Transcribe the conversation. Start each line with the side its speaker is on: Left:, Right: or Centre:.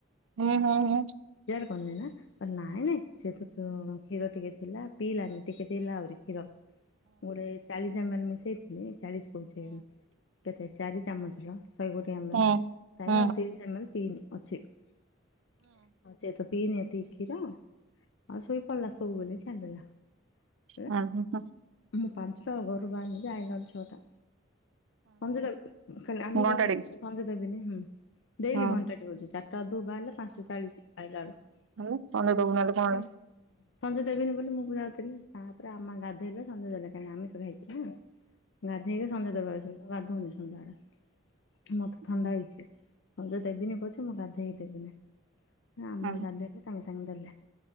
Right: ହୁଁ ହୁଁ ହୁଁ
Left: ନି ନା ନାଇଁ ନାଇଁ ସେ ତ କ୍ଷୀର ଟିକେ ଥିଲା ପିଇଲାନି ଟିକେ ପିଇଲା ଆହୁରି କ୍ଷୀର ମୋଟ୍ ଚାଳିଶ ଏମେଲ ମିଶେଇ ଚାଳିଶ କହୁଛି କେତେ ଚାରି ଚାମଚ <unintelligible> ଲୋ ଶହେ ଗୋଟିଏମଲଉତିରିଶ
Right: ହୁଁ
Left: ଜମା ବି ପିନ <unintelligible> ଅଛିେ ଚ ପିନୀ ଏତିକି କ୍ଷୀର ଆଉ ଶୋଇ ପଇଲା <unintelligible> ଆଉ ଶୋଇ ପଡିଲା ସବୁବେ ଛଡି
Right: ହ <unintelligible>
Left: ମୁଁ ପାଞ୍ଚ ଟା ବେଳୁ ଘରୁ ବାହାରିଲି ଆଇଲା ବେଳୁ ଛଟା ସନ୍ଧ୍ୟା ଖାଲି ଆମି
Right: ଘଣ୍ଟାଡି
Left: ଯ ଖାଇଛୁ ମନ୍ଦିର ଯିବିନି ଡେଲି
Right: ହୁଁ
Left: ଘଣ୍ଟା ଟିକେ ହଉଛି ଚାରିଟା କୁ ବାହାରିଲା ପାଞ୍ଚଟା ଚାଳିଶ ଆଇଲା ବେଳୁ
Right: ହୁଁ ହୁଁ କଣ ଦବୁ ନହେଲେ କଣ
Left: ଦେବିନି ବୋଲି ମୁଁ ବୁ ଯାଉଥିଲି ତାପରେ ଆମା ଗାଧୋଇଲେ ସନ୍ଧ୍ୟା ଦେଲେ କାହିଁକି ଆମେ ଆମିଷ ଖାଇଥିଲି ନାଁ ଗାଧେଇକି ସନ୍ଧ୍ୟା ଦେବାକୁ ଆଉଚୁ, ମୁଁ ଗାଧଉନି ସନ୍ଧ୍ୟାବେଳେ, ମତେ
Right: ହୁଁ
Left: ଥଣ୍ଡା ହେଇଛି। ସଞ୍ଜ ଦେବିନି ପଛେ ମୁଁ ଗାଧେଇ ଦେବିନି। ଆମ
Right: ହୁଁ
Left: ଗାଧେଇଲେ ତାଙ୍କେ ତାଙ୍କେ ଦେଲେ।